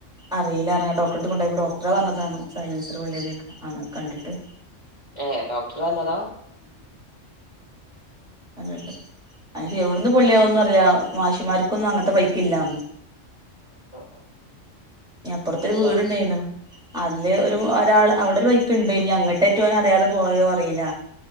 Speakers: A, in the centre; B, on the left.
A: അറിയില്ലഡോക്ടറെ അടുത്ത് കൊണ്ടോയപ്പളാണ് ഡോക്ടറാ പറഞ്ഞത് സൈലൻസർ പേള്ളിയതാണന്ന് ആണ് കണ്ടിട്ട്
B: ഏ ഡോക്ടറന്നതാ
A: <unintelligible> അയ്ന്എവിടന്ന് പൊുള്ളിയന്ന് അറില മാഷിമാർക്കൊന്നും അങ്ങനത്തെ ബൈക്ക ഇല്ല റന്നു
B: <unintelligible>
A: ഞ അപ്പുറത്ത ഒരു വീടുണ്ടായിരുന്നു
B: ആ
A: അതില് ഒരു ഒരാൾ അവിടെ ഒരു ബൈക്ക് ഇടായിന് അങ്ങോട്ട് അറ്റെ ഒന് അറിയാത്ത പോയോ അറിയില്ല